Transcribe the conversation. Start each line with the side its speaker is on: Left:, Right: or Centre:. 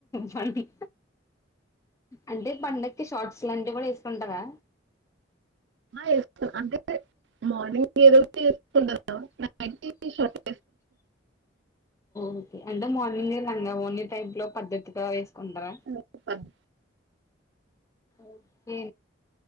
Left: ప అంటే పండగకి షార్ట్స్ అట్లటివి కూడా వెసుకుంటారా
Right: ఆ, వేసుకో అంటే మార్నింగ్ ఏదో ఒకటి వేసుకుంటాను నైట్ షర్ట్
Left: ఓకే అంటే మార్నింగ్ లంగావోనీ టైప్ లో పద్ధతిగా ఏస్ కుంటా
Right: వేసుకోను.
Left: ఓకే